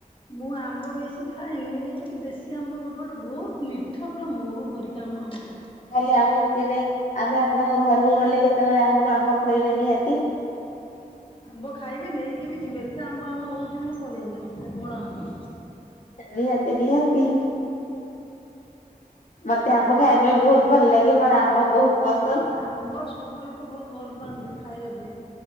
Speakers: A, on the left (about 35°); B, on the left (about 55°).
A: ମୁଁ ଆମ୍ବ ବେଶୀ ଖାଏନି ଦେଶୀ ଆମ୍ବ ଗୋଟେ ଗୋଟେ ବହୁତ ମିଠା ପୁରା ମହୁ ପରି। ଆମ ଆମ୍ବ।
B: ତାହେଲେ ଆମକୁ କେବେ ଆମେ ଆପଣଙ୍କ ଘରକୁ ଗଲେ କେତେବେଳେ ଆମକୁ ଆମ୍ବ ଖୁଏଇବେ ନିହାତି।
A: ଆମ୍ବ ଖାଇବେ ନେଇକି ବି ଯିବେ ଏତେ ଆମ୍ବ ଆମର ହଉଛି ମାନେ କହିବାର ନାଇଁ ପ୍ରବଳ ଆମ୍ବ।
B: ନିହାତି ନିହାତି। ମତେ ଆମ୍ବ ଖାଇବା ପାଇଁ ବହୁତ ଭଲ ଲାଗେ ମୋର ଆମ୍ବ ବହୁତ ପସ
A: ଆମ୍ବ ସବୁ ଲୋକ ବହୁତ ଭଲ ପାଆନ୍ତି ଖାଇବା ପାଇଁ।